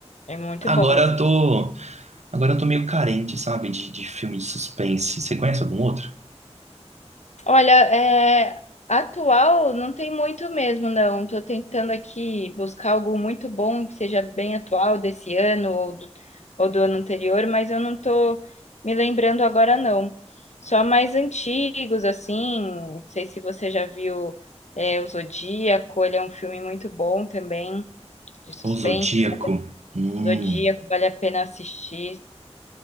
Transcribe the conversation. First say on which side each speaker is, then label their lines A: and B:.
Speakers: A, on the left (about 80°); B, on the right (about 80°).
A: É muito
B: Agora
A: bom esse
B: eu tô, agora eu tô meio carente, sabe, de, de filme de suspense. Você conhece algum outro?
A: Olha, é, atual não tem muito mesmo, não. Tô tentando aqui buscar algo muito bom que seja bem atual desse ano ou do, ou do ano anterior, mas eu não tô me lembrando agora, não. Só mais antigos, assim. Não sei se você já viu é, O Zodíaco, ele é um filme muito bom também, de suspense.
B: O Zodíaco? Hum,
A: Zodíaco, vale a pena assistir,